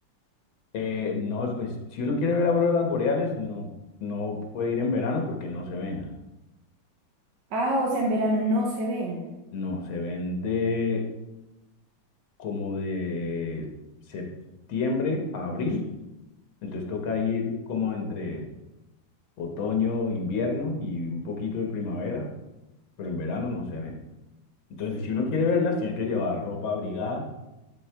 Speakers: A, on the left (about 85°); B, on the right (about 65°).
A: Eh, no, pues si uno quiere ver auroras boreales, no, no puede ir en verano porque no se ven.
B: Ah, o sea, en verano no se ven.
A: No, se ven de como de septiembre a abril. Entonces toca ir como entre otoño, invierno y un poquito de primavera, pero en verano no se ven. Entonces, si uno quiere verlas, tiene que llevar ropa abrigada,